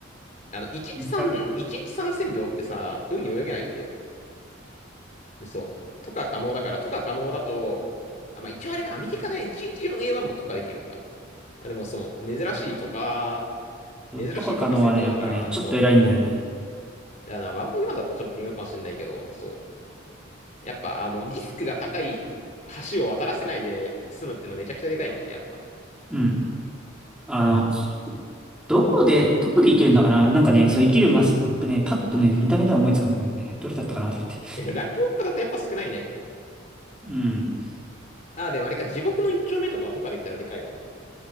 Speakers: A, on the left; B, in the centre.
A: あの、
B: めっちゃわかる。
A: 113、113占領ってさ、海泳げないんだよ。そう。とか可能だから、とか可能だと、あ、まあ一応あれか、アメリカね、114A1 もとかできるのか。まあでもそう、珍しいとか、珍しいとか占領だから、
B: とか可能はね、やっぱね、ちょっと偉いんだよね。
A: そう。だからな、ワンブイワンだとちょっと微妙かもしれないけど、そう。やっぱ、あの、リスクが高い橋を渡らせないで済むってのはめちゃくちゃでかいもんね、やっぱ。
B: うん。あの、どこで、どこで生きるんだかななんかね、そう生きるマス、ね、パッとね、見た目では思いつくんだけどね、どれだったかなと思って。
A: ねランクマップだとやっぱ少ないね。
B: うん。
A: あ、でもあれか、地獄の一丁目とかはとかできたらでかいわ。